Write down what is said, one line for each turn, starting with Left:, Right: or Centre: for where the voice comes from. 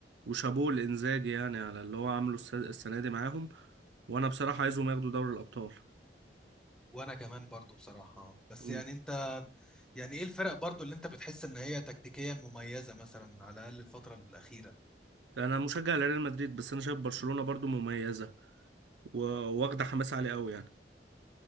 Right: وشابوه الانزاجي يعني على اللي هو عامله الس- السنة دي معاهم وانا بصراحة عايزهم ياخدوا دوري الابطال
Centre: وانا كمان برضو بصراحة بس
Right: م.
Centre: يعني انت يعني ايه الفرق برضو اللي انت بتحس ان هي تكتيكيا مميزة مثلا على الاقل الفترة الاخيرة
Right: انا مشجع لريال مدريد بس انا شايف برشلونة برضو مميزة و- واخدة حماس عالي قوي يعني